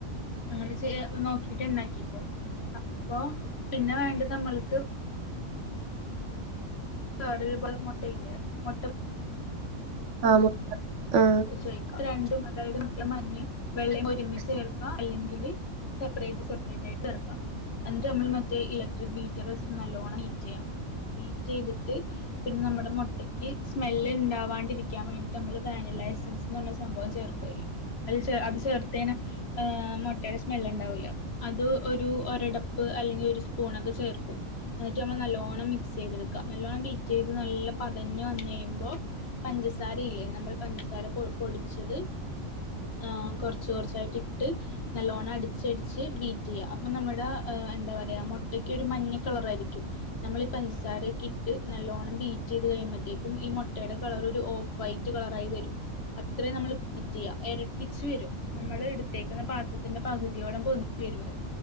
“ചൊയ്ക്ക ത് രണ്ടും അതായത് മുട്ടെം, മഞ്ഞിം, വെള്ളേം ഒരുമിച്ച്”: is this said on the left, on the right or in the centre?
Left